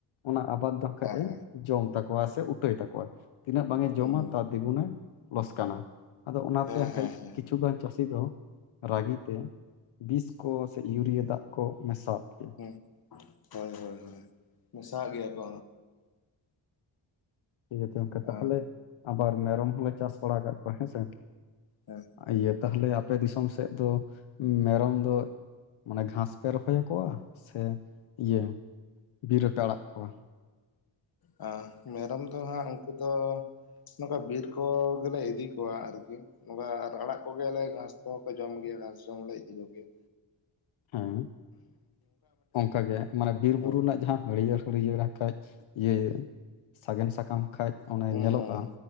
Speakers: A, on the left (about 70°); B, on the left (about 45°).
A: ᱚᱱᱟ ᱟᱵᱟᱫᱽ ᱫᱚᱠᱟᱱᱡ
B: ᱦᱮᱸ
A: ᱮ
B: ᱦᱮᱸ
A: ᱡᱚᱢ ᱛᱟᱠᱚᱣᱟ ᱥᱮ ᱩᱴᱟᱹᱭ ᱛᱟᱠᱚᱣᱟ, ᱛᱤᱱᱟᱹᱜ ᱵᱟᱝ ᱮ ᱡᱚᱢᱟ
B: ᱦᱩᱸ ᱦᱩᱸ
A: ᱛᱟᱨ ᱫᱤᱜᱩᱱᱮ ᱞᱚᱥᱠᱟᱱᱟ᱾ ᱟᱫᱚ ᱚᱱᱟ
B: ᱦᱮᱸ
A: ᱛᱮ
B: ᱦᱮᱸ
A: ᱦᱮᱡ
B: ᱦᱮᱸ
A: ᱠᱤᱪᱷᱩᱜᱟᱱ ᱪᱟᱹᱥᱤ ᱫᱚ ᱨᱟᱹᱜᱤᱛᱮ ᱵᱤᱥ ᱠᱚ ᱥᱮ ᱤᱭᱩᱨᱤᱭᱟᱹ ᱫᱟᱜ ᱠᱚ ᱢᱮᱥᱟᱼᱟᱜ ᱠᱮᱭᱟ᱾
B: ᱦᱩᱸ, ᱦᱳᱭ ᱦᱳᱭ ᱦᱳᱭ ᱢᱮᱥᱟᱣᱟᱜ ᱜᱮᱭᱟ ᱠᱚ᱾
A: ᱴᱷᱤᱠ ᱟᱪᱷᱮ ᱚᱝᱠᱮ
B: ᱦᱮᱸ
A: ᱛᱟᱦᱚᱞᱮ ᱟᱵᱟᱨ ᱢᱮᱨᱚᱢ ᱦᱚᱸᱞᱮ ᱪᱟᱥ ᱵᱟᱲᱟ ᱟᱠᱟᱜ ᱠᱚᱣᱟ ᱦᱮᱸᱥᱮ᱾
B: ᱦᱮᱸ
A: ᱤᱭᱟᱹ ᱛᱟᱦᱚᱞᱮ ᱟᱯᱮ ᱫᱤᱥᱚᱢ ᱥᱮᱫ ᱫᱚ ᱢᱮᱨᱚᱢ ᱫᱚ ᱢᱟᱱᱮ ᱜᱷᱟᱥ ᱯᱮ ᱨᱚᱦᱚᱭᱟ ᱠᱚᱣᱟ ᱥᱮ ᱤᱭᱟᱹ ᱵᱤᱨ ᱨᱮᱯᱮ ᱟᱲᱟᱜ ᱠᱚᱣᱟ᱾
B: ᱟᱹ ᱢᱮᱨᱚᱢ ᱫᱚ ᱦᱟᱸᱜ ᱩᱱᱠᱩ ᱫᱚ ᱱᱚᱝᱠᱟ ᱵᱤᱨ ᱠᱚ ᱜᱮᱞᱮ ᱤᱫᱤ ᱠᱚᱣᱟ ᱟᱨᱠᱤ᱾ ᱚᱱᱠᱟ ᱟᱨ ᱟᱲᱟᱜ ᱠᱚ ᱜᱮᱭᱟᱞᱮ ᱜᱷᱟᱥ ᱠᱚᱦᱚᱸ ᱠᱚ ᱡᱚᱢ ᱜᱮᱭᱟ, ᱜᱷᱟᱥ ᱡᱚᱢ ᱦᱚᱸᱞᱮ ᱤᱫᱤ ᱠᱚ ᱜᱮᱭᱟ᱾
A: ᱦᱮᱸ ᱚᱝᱠᱟ ᱜᱮ ᱢᱟᱱᱮ ᱵᱤᱨᱼᱵᱩᱨᱩ
B: ᱦᱳᱭ
A: ᱨᱮᱱᱟᱜ ᱡᱟᱦᱟᱸ ᱦᱟᱹᱲᱭᱟᱹᱨ ᱦᱟᱹᱲᱭᱟᱹᱨ ᱟᱠᱷᱟᱡ ᱤᱭᱟᱹ ᱥᱟᱜᱮᱱ ᱥᱟᱠᱟᱢ ᱠᱷᱟᱡ ᱚᱱᱮ
B: ᱦᱩᱸ
A: ᱧᱮᱞᱚᱜᱼᱟ
B: ᱦᱩᱸ